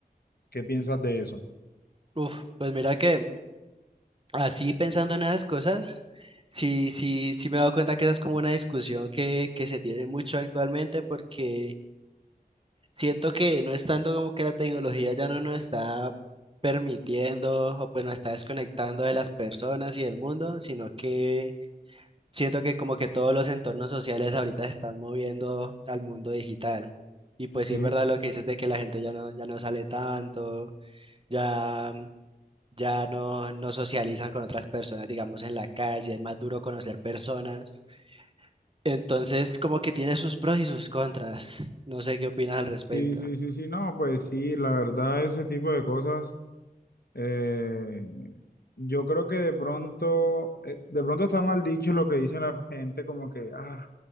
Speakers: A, on the left (about 80°); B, on the right (about 35°).
A: qué piensas de eso?
B: Uf, pues mira que así pensando en esas cosas, sí, sí, sí me he dado cuenta que esa es como una discusión que, que se tiene mucho actualmente porque siento que no es tanto como que la tecnología ya no nos está permitiendo o pues nos está desconectando de las personas y del mundo, sino que siento que como que todos los entornos sociales ahorita se están moviendo al mundo digital. Y pues
A: Sí,
B: sí es verdad lo que dices de que la gente ya no, ya no sale tanto, ya... ya no, no socializan con otras personas, digamos, en la calle, es más duro conocer personas. Entonces, como que tiene sus pros y sus contras. No sé qué opinas al respecto.
A: sí, sí, sí, sí, no, pues sí, la verdad, ese tipo de cosas. Eh, yo creo que de pronto, eh, de pronto está mal dicho lo que dice la gente, como que, ah